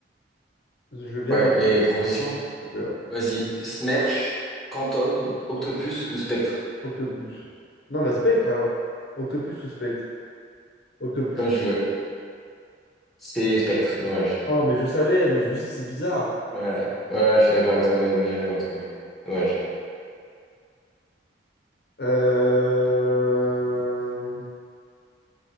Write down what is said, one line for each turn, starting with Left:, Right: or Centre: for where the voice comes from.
Left: Je veux bien
Centre: Ouais,
Left: les.
Centre: les
Left: s'il
Centre: propositions?
Left: te plaît, ouais.
Centre: Vas-y. Smersh, Quantum, Octopus ou Spectre?
Left: Octopus. Non, bah Spectre alors. Octopus ou Spectre? Octopus.
Centre: Comme tu veux. C'est Spectre, dommage.
Left: Oh, mais je savais, mais je me suis dit, c'est bizarre.
Centre: Ouais, ouais, je suis d'accord avec toi, mais bien joué en tout cas. Dommage.
Left: Euh...